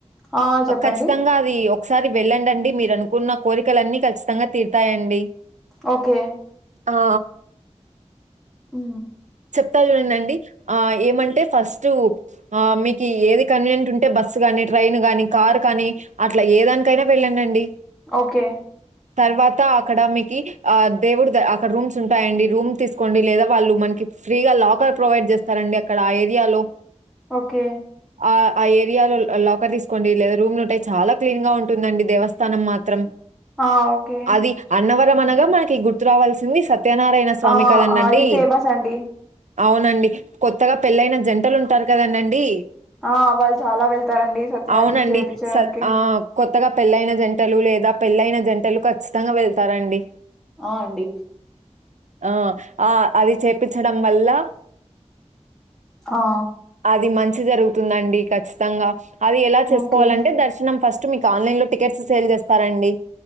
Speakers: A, in the centre; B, on the right.
A: ఆ చెప్పండి.
B: ఖచ్చితంగా అది ఒకసారి వెళ్ళండన్డి మీరు అనుకున్న కోరికలన్నీ ఖచ్చితంగా తీరుతాయండి
A: ఓకే
B: ఆ
A: హు
B: చెప్తా చూడండన్డి ఆ ఏమంటే ఫస్ట్ మీకు ఏది కన్వీనియంట్ ఉంటే బస్సు కానీ ట్రైన్ కానీ కార్ కానీ అట్లా ఏ దానికైనా వెళ్ళందండి
A: ఓకే
B: తర్వాత అక్కడ మీకు ఆ దేవుడు అక్కడ రూమ్స్ ఉంటాయండి రూమ్ తీసుకోండి లేదా వాళ్ళు మనకి ఫ్రీగా లాకర్ ప్రొవైడ్ చేస్తారండి అక్కడ ఆ ఏరియాలో
A: ఓకే
B: ఆ ఆ ఏరియాలో లాకర్ తీసుకోండి లేదా రూమ్లు ఉంటాయి చాలా క్లీన్ గా ఉంటుందండి దేవస్థ స్థానం మాత్రం
A: ఆ ఓకే.
B: అది అన్నవరం అనగా మనకి గుర్తు రావాల్సింది సత్ సత్యనారాయణ స్వామి
A: ఆ
B: కదండండి
A: ఆ! అది ఫేమస్ అండి.
B: అవునండి కొత్తగా పెళ్ళైన జంటలు ఉంటారు కదండండి
A: ఆ వాళ్ళు చాలా వెళ్తారండి సత్యనారాయణతం
B: అవునండి
A: చేపిచ్చడానికి.
B: ఆ కొత్తగా పెళ్ళైన జంటలు లేదా పెళ్ళయిన జంటలు ఖచ్చితంగా వెళ్తారండి
A: ఆ అండి
B: ఆ ఆ అది చేపించడం వల్ల
A: ఆ
B: అది మంచి జరుగుతుందండి ఖచ్చితంగా అది ఎలా చేసుకోవాలంటే
A: ఓకే
B: దర్శనం ఫస్ట్ మీకు ఆన్లైన్ లో టికెట్స్ సేల్ చేస్తారండి